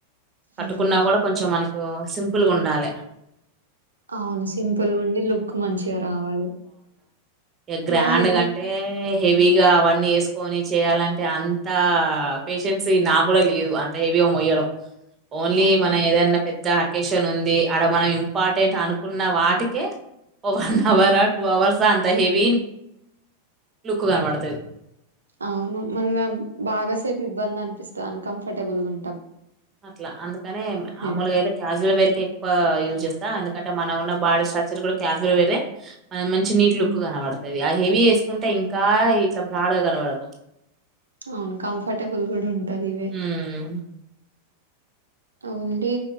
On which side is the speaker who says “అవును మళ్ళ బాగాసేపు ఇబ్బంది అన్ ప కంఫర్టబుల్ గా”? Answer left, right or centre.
Right